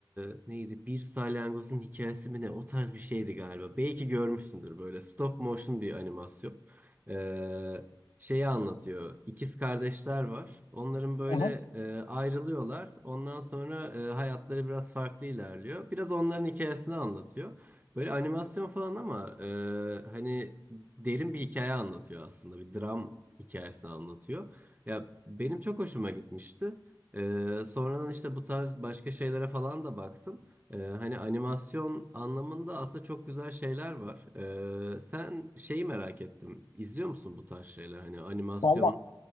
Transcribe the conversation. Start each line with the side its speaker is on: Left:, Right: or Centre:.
Right: e, neydi? Bir salyangozun hikayesi mi ne? O tarz bir şeydi galiba. Belki görmüşsündür böyle stop motion bir animasyon. E, şeyi anlatıyor. İkiz kardeşler var. Onların böyle
Left: hı hı.
Right: e, ayrılıyorlar. Ondan sonra e, hayatları biraz farklı ilerliyor. Biraz onların hikayesini anlatıyor. Böyle animasyon falan ama e, hani derin bir hikaye anlatıyor aslında. Bir dram hikayesi anlatıyor. Ya benim çok hoşuma gitmişti. Ee, sonradan işte bu tarz başka şeylere falan da baktım. Ee, hani animasyon anlamında aslında çok güzel şeyler var. Ee, sen şeyi merak ettim. İzliyor musun bu tarz şeyler? Hani animasyon...
Left: Valla